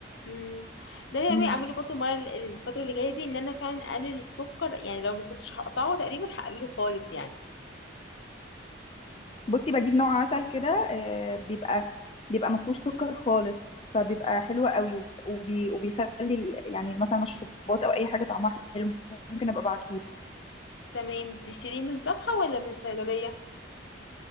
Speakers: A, on the left; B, on the left.
A: امم ده اللي انا
B: مم.
A: ناويه اعمله برضه المره ال- الفتره اللي جايه دي ان انا فعلا اقلل السكر يعني لو ما كنتش هقطعه تقريبا هقلله خالص يعني
B: بصي بجيب نوع عسل كده آه، بيبقى بيبقى ما فيهوش سكر خالص فبيبقى حلو قوي وب- وبي... وبيخلي ال- يعني مثلا مشروبات او اي حاجه طعمها حلو ممكن ابقى ابعتهولك
A: تمام بتشتريه من صفحه ولا من الصيدليه